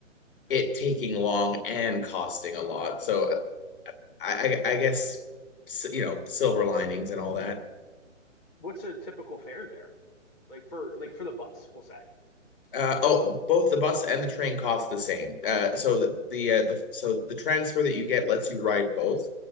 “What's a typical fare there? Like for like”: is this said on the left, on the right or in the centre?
Left